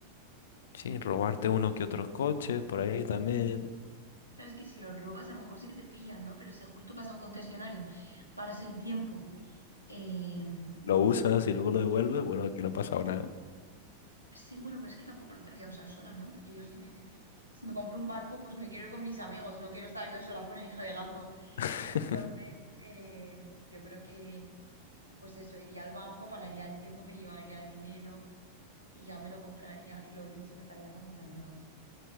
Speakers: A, on the left; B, on the right.
A: Sí, robarte uno que otros coches por ahí también.
B: Claro, es que si lo robas, a lo mejor sí que te pillan, ¿no? Pero si justo vas a un concesionario, paras el tiempo, em,
A: lo usas y luego lo devuelves, bueno, aquí no ha pasado nada.
B: Sí, bueno, pero es que tampoco lo querría usar sola, ¿no? Porque yo si me, si me- si me compro un barco, pues me quiero ir con mis amigos, no quiero estar yo sola por ahí <laughs> navegando.
A: <laughs>
B: Entonces, eh, yo creo que, pues eso, iría al banco, pararía el tiempo, me llevaría dinero y ya me lo compraría y lo disfrutaría con mis amigos.